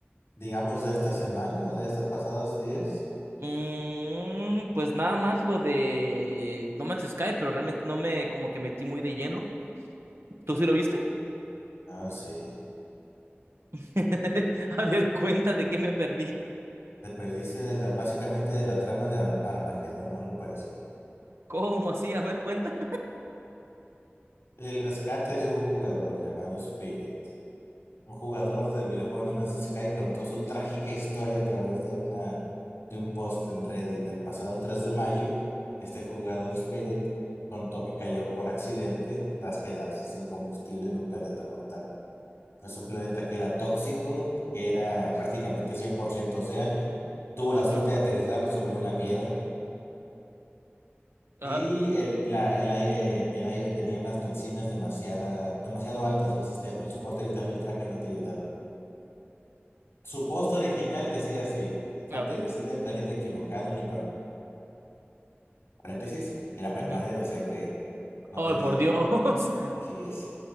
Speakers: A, on the left; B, on the right.
A: digamos, de esta semana o de estos pasados días?
B: Mm, pues nada más lo de No Man's Sky, pero realmente no me como que metí muy de lleno. ¿Tú sí lo viste?
A: Ah, sí.
B: <laughs> A ver, cuenta de qué me perdí.
A: Te perdiste de la, básicamente de la trama de Arm- Armagedón o algo parecido.
B: ¿Cómo así? A ver, cuenta.
A: El rescate de un jugador llamado Spirit. Un jugador del videojuego No Man's Sky contó su trágica historia a través de una, de un post en Reddit. El pasado 3 de mayo, este jugador Spirit contó que cayó por accidente tras quedarse sin combustible en un planeta mortal. Es un planeta que era tóxico, que era prácticamente 100% océano. Tuvo la
B: Ujú.
A: suerte de aterrizar sobre una piedra
B: Ah,
A: y el, la- el aire, el aire tenía unas toxinas demasiada, demasiado altas. El sistema, el soporte vital del traje no te ayudaba. Su post original decía así:
B: a
A: aterricé
B: ver.
A: en el planeta equivocado, ni par- paréntesis, era permadez,
B: Ujú.
A: o sea que no
B: Ay,
A: tenía.
B: por Dios.
A: Así es.